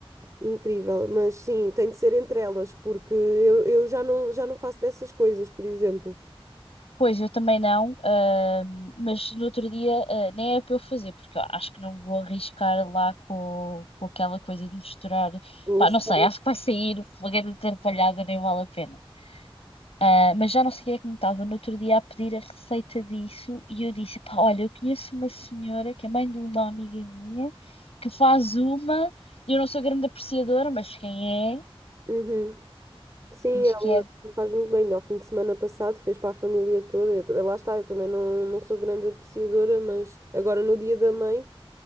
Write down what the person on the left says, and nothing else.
pois, eu também não, ah, mas no outro dia, ah, nem é para eu fazer, porque eu acho que não vou arriscar lá com, com aquela coisa de misturar.
Pá,
não sei, acho que vai sair uma grande atrapalhada, nem vale a pena. Ah, Mas já não sei quem é que me estava no outro dia a pedir a receita disso e eu disse, pá, olha, eu conheço uma senhora que é mãe de uma amiga minha que faz uma, eu não sou grande apreciadora, mas quem é,
diz
que é,